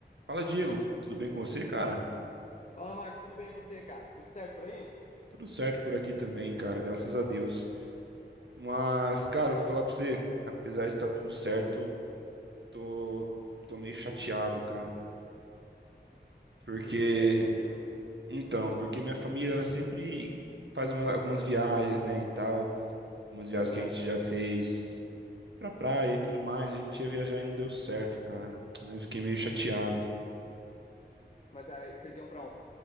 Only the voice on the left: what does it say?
Fala, Marco, tudo bem e você, cara? Tudo certo por aí?
Por quê? Que motivo?
Aham.
Mas aí vocês iam pra